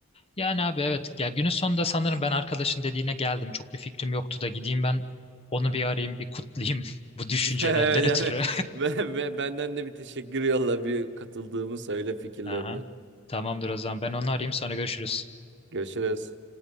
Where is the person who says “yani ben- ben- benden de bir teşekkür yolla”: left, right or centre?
Right